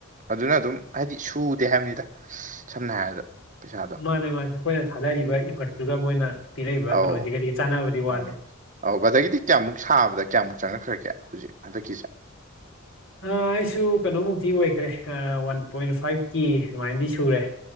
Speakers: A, on the right; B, on the left.
A: ꯑꯗꯨꯅ ꯑꯗꯨꯝ ꯍꯥꯏꯗꯤ ꯁꯨꯗꯦ ꯍꯥꯏꯕꯅꯤꯗ ꯁꯝꯅ ꯍꯥꯏꯔꯕꯗ ꯄꯩꯁꯥꯗꯣ
B: ꯃꯥꯅꯦ ꯃꯥꯅꯦ ꯑꯩꯈꯣꯏꯅ ꯊꯥꯗꯔꯤꯕ ꯏꯐꯔꯠꯇꯨꯒ ꯃꯣꯏꯅ ꯄꯤꯔꯛꯏꯕ
A: ꯑꯧ
B: ꯀꯩꯅꯣꯁꯤꯒꯗꯤ ꯆꯥꯟꯅꯕꯗꯤ ꯋꯥꯠꯂꯦ
A: ꯃꯥꯅꯦ ꯑꯧ ꯑꯗꯒꯤꯗꯤ ꯀꯌꯥꯃꯨꯛ ꯁꯥꯕꯗ ꯀꯌꯥꯃꯨꯛ ꯆꯪꯉꯛꯈ꯭ꯔꯒꯦ ꯍꯧꯖꯤꯛ ꯍꯟꯗꯛꯀꯤꯁꯦ
B: ꯑꯁ ꯑꯩꯁꯨ ꯀꯩꯅꯣꯃꯨꯛꯇꯤ ꯑꯣꯏꯈ꯭ꯔꯦ ꯑ ꯋꯥꯟ ꯄꯣꯏꯟ ꯐꯥꯏꯚꯀꯦ ꯑꯗꯨꯃꯥꯏꯅꯗꯤ ꯁꯨꯔꯦ